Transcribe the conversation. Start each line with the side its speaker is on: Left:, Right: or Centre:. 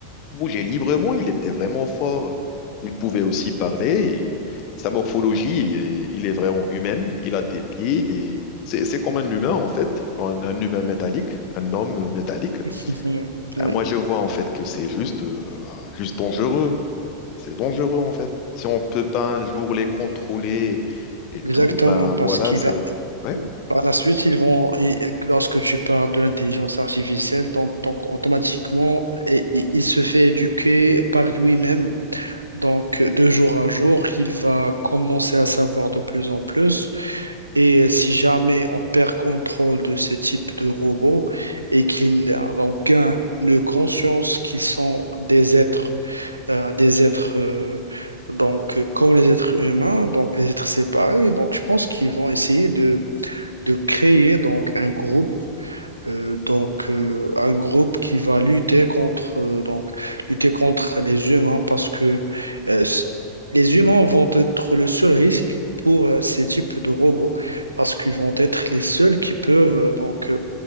Left: bouger librement. Il était vraiment fort. Il pouvait aussi parler. Et sa morphologie, euh, il est vraiment humaine. Il a des pieds, des... C'est, c'est comme un humain en fait, un, un humain métallique, un homme métallique.
Right: <laughs> Oui,
Left: Euh, Moi, je vois en fait que c'est juste, euh, juste dangereux. C'est dangereux en fait. Si on peut pas un jour les contrôler et tout,
Right: exactement,
Left: ben
Right: parce
Left: voilà,
Right: qu'il
Left: c'est...
Right: a
Left: Ouais,
Right: Par la suite, ils vont, et lorsque tu parles de l'intelligence artificielle, donc, donc automatiquement, et- et- il se fait éduquer par lui-même. Donc, de jour à jour, il va commencer à savoir de plus en plus. Et si jamais on perd contrôle de ces types de robots et qu'ils euh, donc, gagnent le conscience qu'ils sont des êtres, euh, des êtres euh, donc, euh, comme les êtres humains, donc les êtres séparés, donc je pense qu'ils vont essayer de créer donc un groupe euh, donc euh, un groupe qui va lutter contre euh, donc lutter contre les humains parce que euh, s- les humains vont être le seul risque pour euh, ces types de robots parce qu'ils vont être les seuls qui peuvent euh, donc euh,